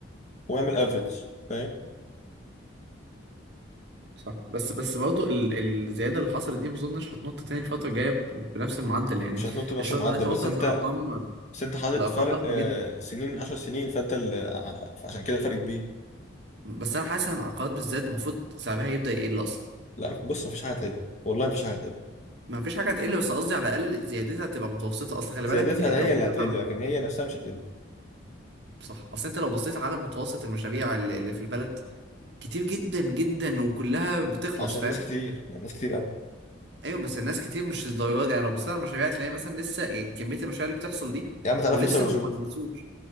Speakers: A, on the left; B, on the right.
A: واعمل افريج فاهم
B: صح بس بس برضه ال... الزياده اللي حصلت دي ما اظنش هتنط تاني الفتره الجايه ب... بنفس المعدل يعني
A: مش هتنط بنفس
B: الشراء
A: المعدل
B: دلوقتي
A: بس
B: وصلت
A: انت
B: لارقام
A: بس انت حاطط
B: لارقام
A: فرق
B: ضخمه
A: آه،
B: جدا
A: سنين 10 سنين فانت ال- آه، فعشان كده فرق كبير
B: بس انا حاسس ان العقارات بالذات المفروض سعرها يبدا يقل اصلا
A: لا بص مفيش حاجه هتقل والله مفيش حاجه هتقل
B: ما فيش حاجه هتقل بس قصدي على الاقل زيادتها تبقى متوسطه اصل خلي
A: زيادتها
B: بالك إيه، لو
A: هي
B: بصيت
A: اللي هتقل
B: على
A: لكن هي نفسها مش هتقل
B: صح اصل انت لو بصيت على متوسط المشاريع اللي اللي في البلد كتير جدا جدا وكلها بتخلص
A: عشان
B: فاهم
A: ناس كتير يعني ناس كتير قوي
B: ايوه بس الناس كتير مش للدرجه دي. يعني لو بصيت على المشاريع هتلاقي مثلا لسه إيه كميه المشاريع اللي بتحصل دي
A: يا عم تعالى
B: ولسه
A: فيصل وشوف
B: ما خلصوش